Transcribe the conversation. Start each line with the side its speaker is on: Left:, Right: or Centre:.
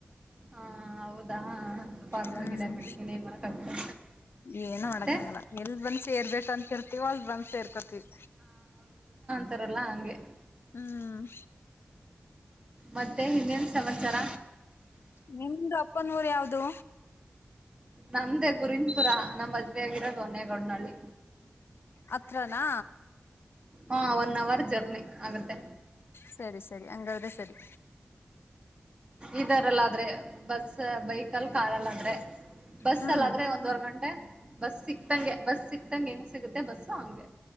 Right: ಹಾ ಹೌದಾ ಪರವಾಗಿಲ್ಲ
Left: ಹ್ಮ್
Right: ಬಿಡಿ ಇನ್ನೇನ್ ಮಾಡಕ್ಕಾಗುತ್ತೆ
Left: ಏನು
Right: ಮತ್ತೆ
Left: ಮಾಡಕ್ ಆಗಲ್ಲ ಎಲ್ಲಿ ಬಂದ್ ಸೇರ್ಬೇಕಂತಿರ್ತಿವೋ ಅಲ್ ಬಂದ್ ಸೇರ್ಕೊತೀವಿ.
Right: ತರಲ್ಲಾ ಹಂಗೆ
Left: ಹ್ಮ್
Right: ಮತ್ತೆ ಇನ್ನೇನ್ ಸಮಾಚಾರ?
Left: ನಿಮ್ದ ಅಪ್ಪನ ಊರು ಯಾವ್ದು
Right: ನಮ್ದೆ ಗುರಿವಿನ್ ಪುರಾ ನಮ್ಮ್ ಮದ್ವೆ ಆಗಿರೋದು ಒನ್ನೇಗೌಡ್ನಳ್ಳಿ.
Left: ಅತ್ರನಾ?
Right: ಹಾ ಒನ್ ಅವರ್ ಆಗುತ್ತೆ
Left: ಸರಿ ಸರಿ ಹಂಗಾದ್ರೆ ಸರಿ.
Right: ಇದಾರಲ್ಲ ಅಂದ್ರೆ ಬಸ್ಸ ಬೈಕಲ್ ಕಾರಲ್ಲಾದ್ರೆ ಬಸಲ್ಲಾದ್ರೆ
Left: ಹ್ಮ್
Right: ಒಂದ್ವರ್ ಗಂಟೆ ಬಸ್ ಸಿಕ್ತಂಗೆ ಬಸ್ ಸಿಕ್ ಇತ್ತಂಗ ಹೆಂಗ್ ಸಿಗುತ್ತೆ ಬಸ್ಸು ಹಂಗೆ.